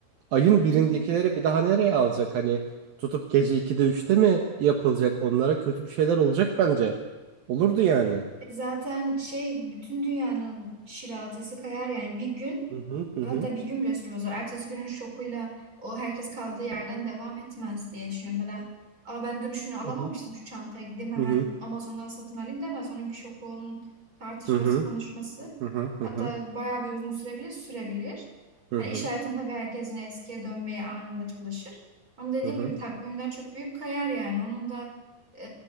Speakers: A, on the right; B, on the right.
A: Ayın birindekileri
B: Hı hı.
A: bir daha nereye alacak? Hani tutup gece 2'de üçte mi yapılacak? Onlara kötü bir şeyler olacak bence. Olurdu yani.
B: E zaten şey bütün dünyanın şirazesi kayar yani bir gün
A: Hı hı hı
B: Hatta
A: hı
B: bir gün bile sürmez o. Ertesi günün şokuyla o herkes kaldığı yerden devam etmez diye düşünüyorum. Ya da Aa, ben dün şunu alamamıştım
A: hı
B: şu çantaya gideyim hemen
A: hı hı
B: Amazon'dan satın alayım demez. Onun bir şoku onun tartışması
A: hı
B: konuşması.
A: hı hı hı
B: Hatta
A: hı
B: bayağı bir uzun sürebilir sürebilir.
A: hı
B: Hani iş hayatında tabii herkes yine eskiye dönmeye anında çalışır. Ama dediğim
A: hı hı.
B: gibi takvimler çok büyük kayar yani. Onun da e,